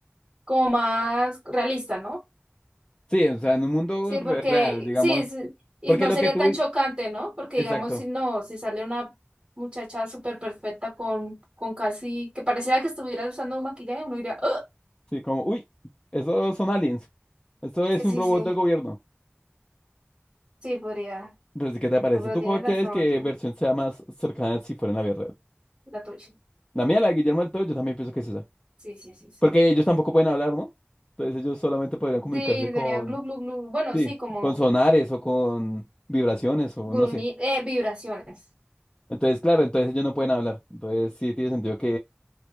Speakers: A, on the right (about 30°); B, on the left (about 20°).
A: como más realista, ¿no?
B: Sí, o sea, en un mundo
A: Sí,
B: re-
A: porque,
B: real, digamos.
A: sí, es- y
B: Porque
A: no
B: lo
A: sería
B: que tú...
A: tan chocante, ¿no? Porque
B: Exacto.
A: digamos, si no, si sale una muchacha súper perfecta con, con casi, que pareciera que estuviera usando un maquillaje, uno diría, "Ugh".
B: Sí, como, uy, esos son aliens. Esto
A: Sí,
B: es
A: sí,
B: un robot
A: sí, sí,
B: del gobierno.
A: sí, podría,
B: Pero sí, ¿qué te parece?
A: no, pero
B: ¿Tú
A: tiene
B: cuál
A: razón.
B: crees que versión sea más cercana si fuera en la vida real?
A: La tuya.
B: La mía, la de Guillermo del Toro, yo también pienso que es esa.
A: Sí, sí, sí. Sí,
B: Porque ellos tampoco pueden hablar, ¿no? Entonces ellos solamente podrían comunicarse
A: Sí,
B: con,
A: serían glu, glu, glu. Bueno,
B: sí,
A: sí, como
B: con sonares o con vibraciones o
A: gruñi,
B: no sé.
A: eh, vibraciones.
B: Entonces, claro, entonces ellos no pueden hablar. Entonces sí tiene sentido